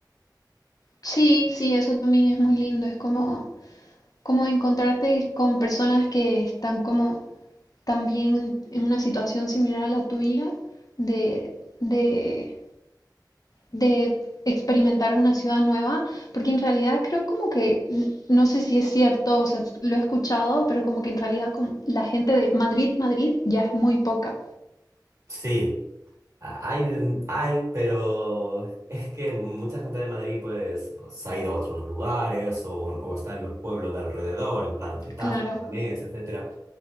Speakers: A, on the left; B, on the right.
A: Sí, sí, eso también es muy lindo. Es como, como encontrarte con personas que están como también en una situación similar a la tuya, de, de, de experimentar una ciudad nueva, porque en realidad creo como que, n- no sé si es cierto, o sea, lo he escuchado, pero como que en realidad como la gente de Madrid, Madrid ya es muy poca.
B: Sí, Hay, hay, pero es que mucha gente de Madrid pues se ha ido a otros lugares o, o está en los pueblos de alrededor, en plan Getafe,
A: Claro,
B: Leganés, etcétera.